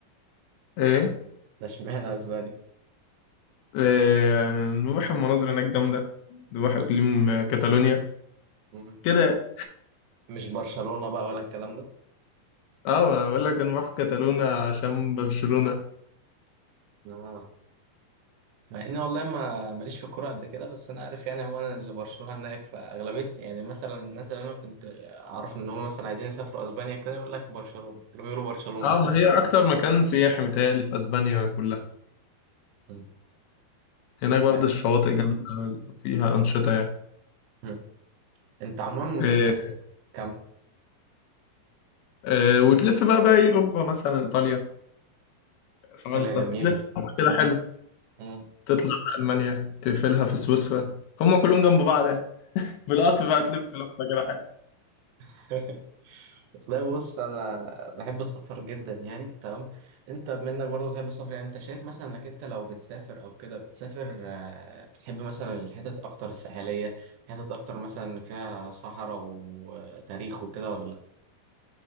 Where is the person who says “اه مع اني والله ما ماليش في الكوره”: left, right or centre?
Right